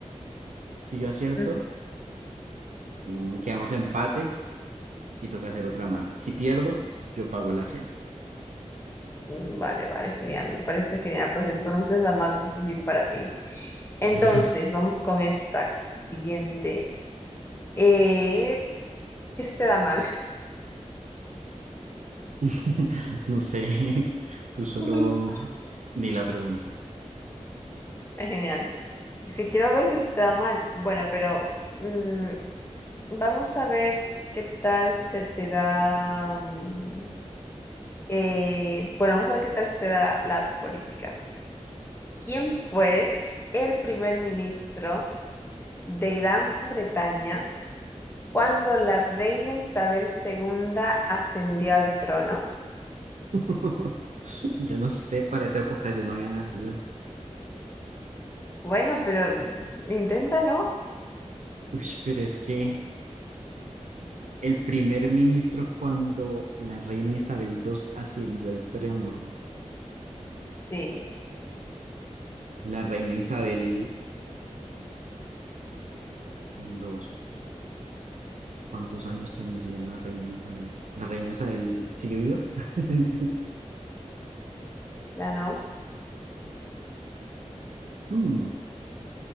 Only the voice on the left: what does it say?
Mm,
Vale, vale, genial, me parece genial. Pues entonces la más difícil para ti. Entonces,
vamos con esta siguiente. Eh, ¿qué se te da mal?
<laughs>
Genial. Es que quiero ver qué se te da mal. Bueno, pero mm, vamos a ver qué tal se te da. mm, eh, bueno, vamos a ver qué tal se te da la política. ¿Quién fue el primer ministro de Gran Bretaña cuando la reina Isabel II ascendió al trono?
Bueno, pero mm, inténtalo.
Sí,
ya no.